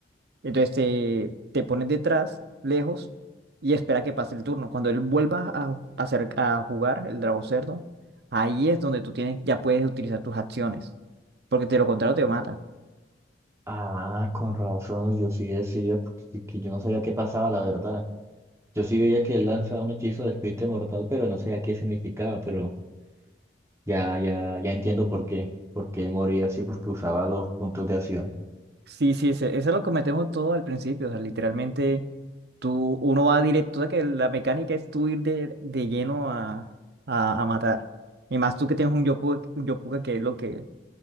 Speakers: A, on the right (about 60°); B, on the right (about 15°).
A: Entonces te, te pones detrás, lejos, y espera que pase el turno. Cuando él vuelva a, ju- a hacer, a jugar el drago cerdo, ahí es donde tú tienes, ya puedes utilizar tus acciones, porque de lo contrario te mata.
B: Ah, con razón, yo sí decía, porque que yo no sabía qué pasaba, la verdad. Yo sí veía que él lanzaba un hechizo de espíritu mortal, pero no sabía qué significaba, pero ya, ya, ya entiendo por qué. Por qué moría así, porque usaba los puntos de acción.
A: Sí, sí, ese- eso es lo que metemos todo al principio. O sea, literalmente tú, uno va directo, o sea, que la mecánica es tú ir de, de lleno a, a, a matar. Y más tú que tienes un yopuka, un yopuka que es lo que